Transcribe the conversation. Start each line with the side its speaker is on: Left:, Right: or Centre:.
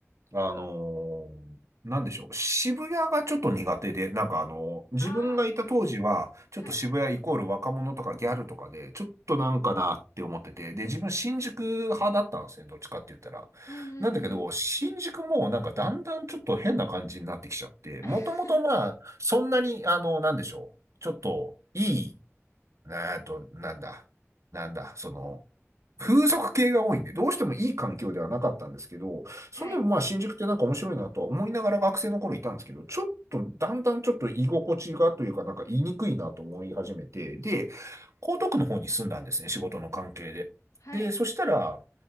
Right: あのーなんでしょう。渋谷がちょっと苦手で、なんかあのー自分がいた当時は、
Left: ああ、はい。
Right: ちょっと渋谷イコール若者とかギャルとかで、ちょっとなんかなって思ってて、で、自分新宿派だったんですね、どっちかって言ったら。
Left: うんうんうん。
Right: なんだけど、新宿もなんかだんだんちょっと変な感じになってきちゃって、
Left: <laughs>
Right: もともとまあ、そんなに、あの、なんでしょう。ちょっと、いい、えっと、なんだ、なんだ、その、風俗系が多いんで、どうしてもいい環境ではなかったんですけど、
Left: はい。
Right: それでもまあ新宿ってなんか面白いなとは思いながら学生の頃いたんですけど、ちょっとだんだんちょっと居心地がというかなんか言いにくいなと思い始めて、で、江東区の方に住んだんですね、仕事の関係で。
Left: はい。
Right: で、そしたら、